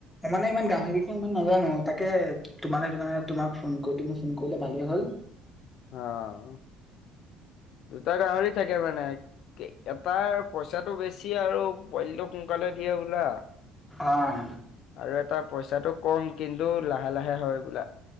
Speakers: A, in the centre; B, on the left (about 65°).
A: মানে ইমান গাহৰি বিখন ইমান নাজানো তাকে তোমাল সেইটো কাৰণে তোমাৰ ফোন কৈ তুমি ফোন কৰিলা ভালেই হ'ল।
B: আহ দুটা গাহৰি থাকে মানে, কে এটা পইচাটো বেছি আৰু পোৱালিটো সোনকালে দিয়ে বোলা।
A: আহ
B: আৰু এটা পইচাটো কম কিন্তু লাহে লাহে হয় বোলা।